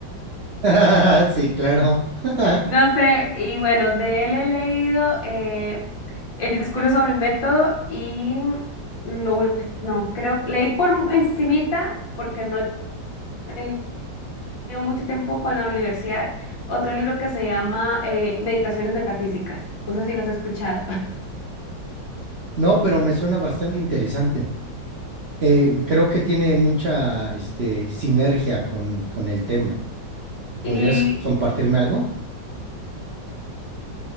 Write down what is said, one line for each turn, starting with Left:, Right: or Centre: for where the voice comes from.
Right: <laughs> Sí, claro. <laughs>
Left: No sé, y bueno, de él he leído eh, el discurso sobre el método y lo, ul- no, creo, leí por encimita porque no he tenido mucho tiempo con la universidad, otro libro que se llama eh, Meditaciones Metafísicas, no sé si los he escuchado. <laughs>
Right: No, pero me suena bastante interesante. Eh, creo que tiene mucha, este, sinergia con, con el tema.
Left: Y
Right: ¿Podrías compartirme algo?